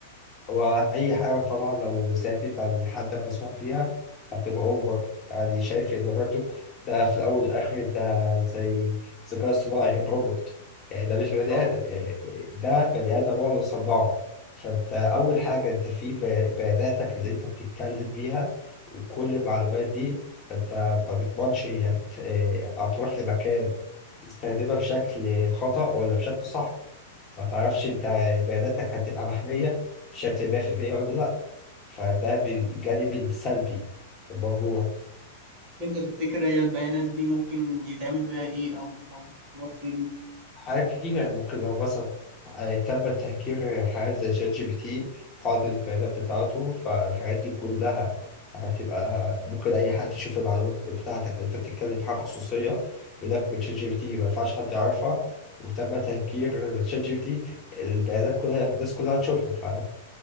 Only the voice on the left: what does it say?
هو أي حاجة طبعا لو زادت عن حد مسموح بيها هتبقى أوفر يعني شايف إن برضه ده في الأول والآخر ده زي ذكاء اصطناعي روبوت يعني ده مش بني
آدم يعني ده بني آدم هو اللي صنعه فأنت أول حاجة أنت في بي- بياناتك اللي أنت بتتكلم بيها وكل المعلومات دي فأنت ما تضمنش هي هت- هتروح لمكان تستخدمها بشكل خطأ ولا بشكل صح. ما تعرفش انت بياناتك هتبقى محمية بشكل 100% ولا لا فده بالجانب السلبي الموضوع
حاجات كتيرة ممكن لو مثلا آه، تم تهكير حاجات زي شات جي بي تي قاعدة البيانات بتاعته فالحاجات دي كلها هتبقى ممكن أي حد يشوف المعلومات بتاعتك اللي أنت بتتكلم في حاجة خصوصية يقول لك من شات جي بي تي ما ينفعش حد يعرفها وتم تهكير شات جي بي تي البيانات كلها الناس كلها هتشوفها فده